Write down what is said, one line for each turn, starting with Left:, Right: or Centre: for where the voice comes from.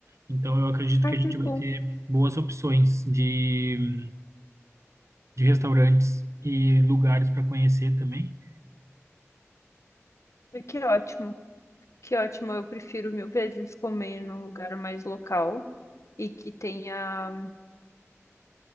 Right: Então eu acredito
Left: Ai,
Right: que a
Left: que
Right: gente vai
Left: bom.
Right: ter boas opções de, de restaurantes e lugares para conhecer também.
Left: Ai, Que ótimo. Que ótimo, eu prefiro mil vezes comer num lugar mais local e que tenha